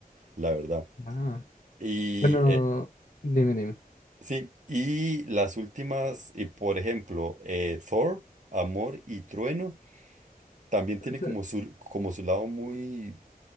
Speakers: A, on the right; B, on the left.
A: la verdad.
B: Ah,
A: Y
B: bueno,
A: eh,
B: dime, dime.
A: sí, y las últimas, y por ejemplo, eh, Thor, Amor y Trueno, también tiene
B: <laughs>
A: como su, como su lado muy